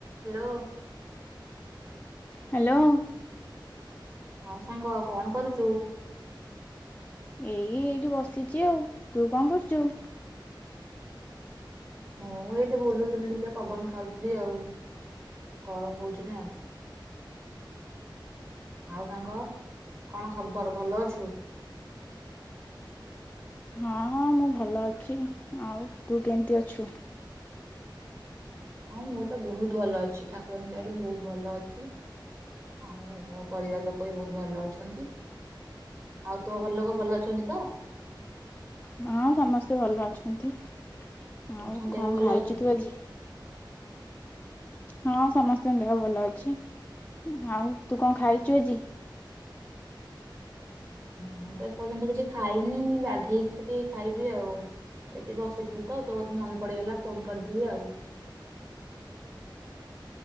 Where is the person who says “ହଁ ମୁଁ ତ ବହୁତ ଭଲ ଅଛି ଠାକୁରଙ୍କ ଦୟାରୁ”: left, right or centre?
Right